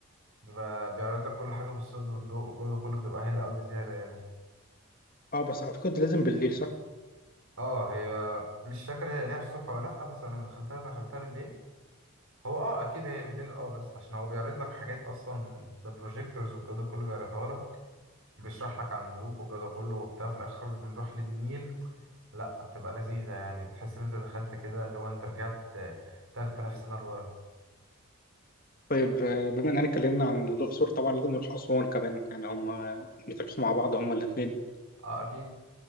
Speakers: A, on the right; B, on the left.
A: بيبقى بيعرض لك كل حاجة بالصوت والضوء والجودة كله بتبقى هايلة أوي بزيادة يعني
B: اه بس اعتقد لازم بالليل صح؟
A: اه هي مش فاكر هي ليها الصبح ولا لأ بس أنا لما دخلتها دخلتها بالليل هو اه أكيد هي بالليل اه بس عشان هو بيعرض لك حاجات أصلا ده بروجيكتورز والجودة كله بيعرضها لك بيشرح لك عن الملوك والجودة كله وبتاع في الآخر خالص بنروح للنيل لأ بتبقى لذيذة يعني بتحس إن أنت دخلت كده اللي هو أنت رجعت تلات آلاف سنة لورا
B: طيب آه، بما اننا اتكلمنا عن الاقصر طبعا لازم نروح اسوان كمان يعني هما بيتراحوا مع بعض هما الاثنين
A: اه أكيد